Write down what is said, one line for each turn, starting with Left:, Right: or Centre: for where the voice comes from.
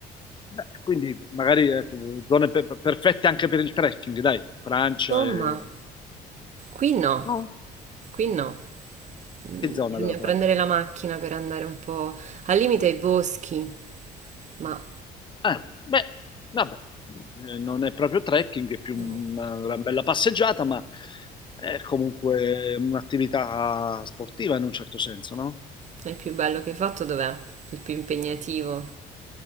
Left: beh, quindi magari ecco, zone per- per- perfette anche per il trekking, dai. Francia
Right: Insomma,
Left: e...
Right: qui no,
Left: No?
Right: qui no. Mm,
Left: Che zona
Right: Bisogna
Left: della Francia?
Right: prendere la macchina per andare un po' al limite ai boschi, ma
Left: Ah, beh, vabbè. Eh, non è proprio trekking, è più
Right: no.
Left: una, una bella passeggiata, ma è comunque un'attività sportiva in un certo senso, no?
Right: È il più bello che hai fatto dov'è? Il più impegnativo?